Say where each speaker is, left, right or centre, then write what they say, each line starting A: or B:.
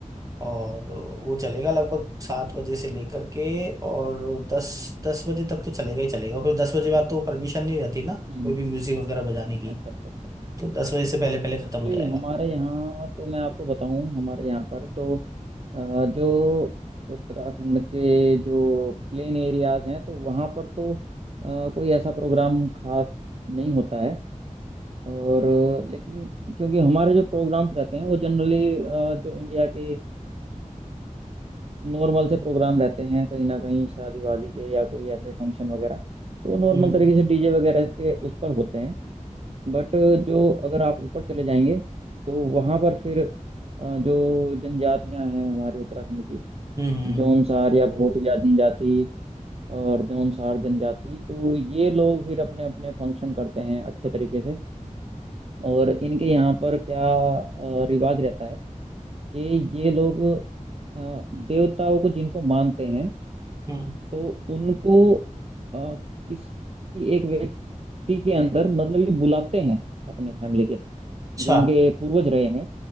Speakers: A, on the right; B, on the right.
A: और वो चलेगा लगभग सात बजे से लेकर के और दस दस बजे तक तो चलेगा ही चलेगा फिर दस बजे बाद तो परमिशन नहीं रहती ना
B: हम्म
A: कोई
B: हम्म।
A: भी म्यूजिक वगैरह बजाने की
B: अच्छा अच्छा अच्छा
A: तो दस बजे से पहले पहले खत्म
B: एक्चुअली
A: हो जाएगा
B: हमारे यहाँ तो मैं आपको बताऊं हमारे यहाँ पर तो अ, जो उत्तराखंड के जो प्लेन एरियाज हैं तो वहाँ पर तो अ, कोई ऐसा प्रोग्राम खास नहीं होता है और अ, लेकिन क्योंकि हमारे जो प्रोग्राम्स रहते हैं वो जनरली जो इंडिया के नॉर्मल से प्रोग्राम रहते हैं कहीं ना कहीं शादी वादी के या कोई ऐसे फंक्शन वगैरह तो नॉर्मल
A: हम्म
B: तरीके से डीजे वगैरह के उस पर होते हैं बट जो अगर आप ऊपर चले जाएंगे तो वहाँ पर फिर अ, जो जनजातियां हैं हमारे उत्तराखंड की
A: हम्म हम्म हम्म,
B: जौनसार या भोटिया जनजाति और जौनसार जनजाति तो ये लोग फिर अपने अपने फंक्शन करते हैं अच्छे तरीके से और इनके यहाँ पर क्या अ, रिवाज रहता है कि ये लोग अ, देवताओं को जिनको मानते हैं
A: हम्म,
B: तो उनको अ, किसी एक व्यक्ति के अंदर मतलब ये बुलाते हैं अपने फैमिली के
A: अच्छा
B: जो इनके पूर्वज रहे हैं